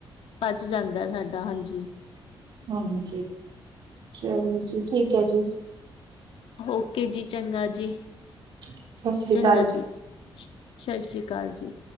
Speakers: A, on the left; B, on the right.
A: ਪਚ ਜਾਂਦਾ ਸਾਡਾ ਹਾਂਜੀ।
B: ਹਾਂਜੀ ਚਲੋ ਜੀ ਠੀਕ ਹੈ ਜੀ।
A: ਓਕੇ ਜੀ ਚੰਗਾ ਜੀ-
B: ਸਤਿ ਸ੍ਰੀ
A: ਚੰਗਾ
B: ਅਕਾਲ
A: ਜੀ। ਸਤਿ ਸ੍ਰੀ ਅਕਾਲ ਜੀ।